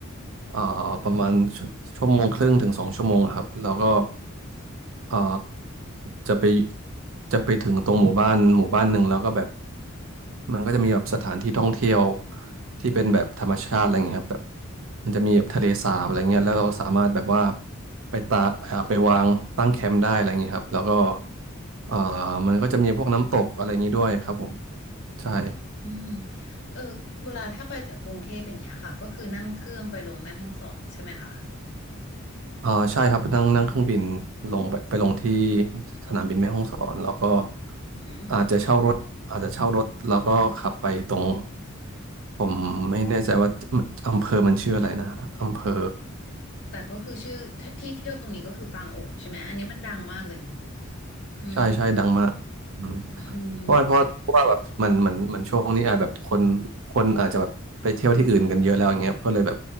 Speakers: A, on the right; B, on the left.
A: เอ่อประมาณชชั่วโมงครึ่งถึงสองชั่วโมงอะครับแล้วก็ เอ่อจะไปจะไปถึงตรงหมู่บ้านหมู่บ้านหนึ่งแล้วก็แบบมันก็จะมีแบบสถานที่ท่องเที่ยวที่เป็นแบบธรรมชาติอะไรเงี้ยครับแบบมันจะมีแบบทะเลสาบอะไรเงี้ยแล้วเราสามารถแบบว่าไปตาเอ่อไปวางตั้งแคมป์ได้อะไรเงี้ยครับแล้วก็เอ่อมันก็จะมีพวกน้ำตกอะไรอย่างงี้ด้วยครับผมใช่
B: อืมเออเวลาถ้าไปจากกรุงเทพอย่างเงี้ยค่ะก็คือนั่งเครื่องไปลงแม่ฮ่องสอนใช่ไหมคะ
A: อ่าใช่ครับนั่งนั่งเครื่องบินลงไปไปลงที่สนามบินแม่ฮ่องสอนแล้วก็
B: อือหือ
A: อาจจะเช่ารถอาจจะเช่ารถแล้วก็ขับไปตรงผมไม่แน่ใจว่าอำเภอมันชื่ออะไรนะอำเภอ
B: แต่ก็คือชื่อทที่เที่ยวตรงนี้ก็คือปางโองใช่ไหมอันนี้มันดังมากเลยเนาะอืม
A: ใช่ใช่ดังมากอืม
B: อืมอืม
A: เพราะว่าเพราะเพราะว่าแบบมันมันมันช่วงนี้อาจแบบคนคนอาจจะแบบไปเที่ยวที่อื่นกันเยอะแล้วอย่างเงี้ยก็เลยแบบ